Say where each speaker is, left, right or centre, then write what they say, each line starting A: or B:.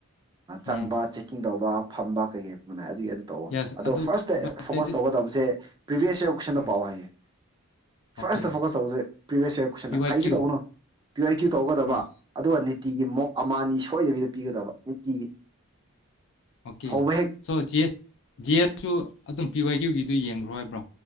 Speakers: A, on the left; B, on the right.
A: ꯎꯝ
B: ꯆꯪꯕ ꯆꯦꯛꯀꯤꯡ ꯇꯧꯕ ꯐꯝꯕ ꯀꯩꯀꯩ ꯃ ꯑꯗꯨꯒꯤ ꯇꯧ
A: ꯌꯦꯁ
B: ꯑꯗꯣ
A: ꯑꯗꯨ
B: ꯐꯥꯔꯁꯇ
A: ꯕꯠ
B: ꯐꯣꯀꯁ
A: ꯗꯦꯠ ꯏ
B: ꯇꯧꯒꯗꯕꯁꯦ ꯄ꯭ꯔꯤꯚꯤꯌꯁ ꯏꯔ ꯀꯨꯣꯏꯁꯟꯗ
A: ꯎꯝ
B: ꯄꯥꯎ ꯍꯥꯏꯌꯦ
A: ꯑꯣꯀꯦ
B: ꯐꯥꯔꯁꯇ ꯐꯣꯀꯁ ꯇꯧꯕꯁꯦ ꯄ꯭ꯔꯤꯚꯤꯌꯁ ꯏꯌꯥꯔ
A: ꯄꯤ ꯋꯥꯏ
B: ꯀꯩꯁꯨ
A: ꯀ꯭ꯌꯨ
B: ꯇꯧꯕꯅꯨ ꯄꯤꯨ ꯀ꯭ꯌꯨ ꯇꯧꯒꯗꯕ
A: ꯎꯝ
B: ꯑꯗꯨꯒ ꯅꯤꯇꯤꯒꯤ ꯃꯣꯛ ꯑꯃ ꯁꯣꯏꯗꯕꯤꯗ ꯄꯤꯒꯗꯕ ꯅꯤꯇꯤꯒꯤ
A: ꯑꯣꯀꯦ
B: ꯍꯧꯕ ꯍꯦꯛ
A: ꯁꯣꯖꯤ ꯖꯤ ꯑꯦꯁꯁꯨ ꯑꯗꯨꯝ ꯄꯤꯏ ꯀ꯭ꯌꯒꯤꯗꯨ ꯌꯦꯡ꯭ꯔꯣ ꯍꯥꯏꯕ꯭ꯔꯣ